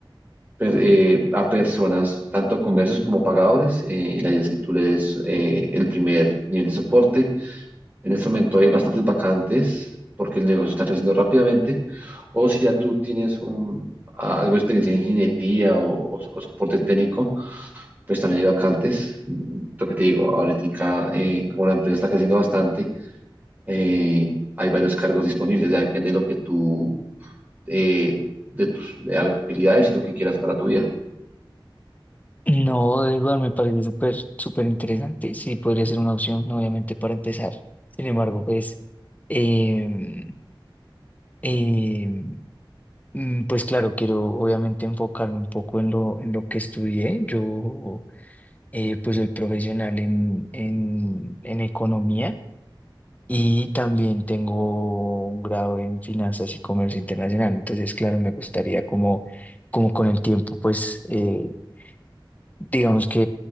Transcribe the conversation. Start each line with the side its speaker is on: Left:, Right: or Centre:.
Right: per- eh, a personas, tanto comercios como pagadores. Eh, la idea es que tú le des eh, el primer nivel de soporte En este momento hay bastantes vacantes porque el negocio está creciendo rápidamente. O si ya tú tienes un, algo de experiencia en ingeniería o, o- o soporte técnico, pues también hay vacantes. Mm, Lo que te digo, ahorita, eh, como la empresa está creciendo bastante, eh, hay varios cargos disponibles. Ya depende de lo que tú, eh, de tus de habilidades y lo que quieras para tu vida.
Left: No, de igual me parece súper, súper interesante. Sí, podría ser una opción, obviamente, para empezar. Sin embargo, pues, em, em, mm, pues claro, quiero obviamente enfocarme un poco en lo, en lo que estudié. Yo, eh, pues, soy profesional en, en, en economía y también tengo un grado en finanzas y comercio internacional. Entonces, claro, me gustaría como, como con el tiempo, pues, eh, digamos que